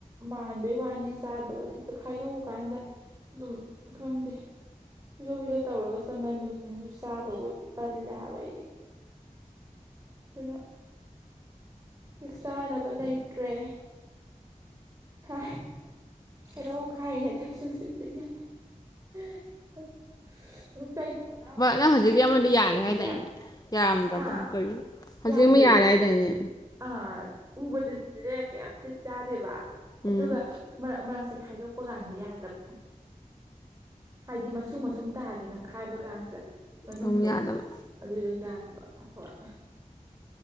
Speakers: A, on the right; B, on the left.
A: ꯃꯥꯟꯕꯩ ꯋꯥꯅꯤ ꯆꯥꯗꯕꯗ ꯍꯦꯛꯇ ꯈꯥꯏꯗꯣꯛꯎꯀꯥꯟꯗ ꯑꯗꯨꯝ ꯈꯪꯗꯦ ꯐꯤꯗꯣꯛ ꯐꯤꯗꯣꯛ ꯇꯧꯔꯒ ꯆꯪꯒꯟꯕꯗꯨꯅꯁꯨ ꯆꯥꯗ ꯑꯣꯏ ꯇꯜꯂꯦ ꯌꯥꯏꯕ ꯑꯩꯗꯤ ꯄꯨꯅ ꯍꯛ ꯆꯥꯅꯕ ꯂꯩꯇ꯭ꯔꯦ ꯈ ꯍ ꯈꯥꯏꯅꯦ ꯊꯥꯏꯁꯨ ꯁꯤ ꯌꯥ <inaudible> ꯀꯩꯒꯨꯝꯕ ꯏꯅꯥꯎꯁꯦ
B: ꯅꯪ
A: ꯆꯥꯕ
B: ꯍꯧꯖꯤꯛꯀꯤ ꯑꯃꯗꯤ
A: ꯌꯥꯔꯒꯗꯤꯅꯦ
B: ꯌꯥꯔꯦ ꯍꯥꯏꯗꯥꯏꯅꯦ ꯌꯥꯔꯝꯗ꯭ꯔꯕꯣ
A: ꯍꯥꯥ
B: ꯑꯃꯨꯛ ꯀꯔꯤ ꯍꯧꯖꯤꯛ
A: ꯌꯥꯗꯦ
B: ꯑꯃ ꯌꯥꯔꯦ ꯍꯥꯏꯗꯥꯏꯅꯦ
A: ꯑꯥ ꯎꯕꯗꯗꯤꯅꯦ ꯀꯩ ꯇꯤꯟ ꯆꯥꯗꯦꯕ ꯑꯗꯨꯒ
B: ꯎꯝ
A: ꯁꯦ ꯈꯥꯏꯗꯣꯛꯄ ꯀꯥꯟꯗ ꯌꯥꯗꯕ ꯍꯥꯏꯗꯤ ꯃꯁꯨ ꯃꯁꯨ ꯁꯨꯝ ꯇꯥꯒꯦꯅ ꯈꯥꯏꯕ ꯀꯥꯟꯁꯤꯗ ꯃꯅꯨꯡꯗꯣ
B: ꯑꯃꯨꯛ ꯌꯥꯗꯕ
A: ꯑꯗꯨꯏꯗꯣ ꯌꯥꯗꯦ ꯍꯣꯏ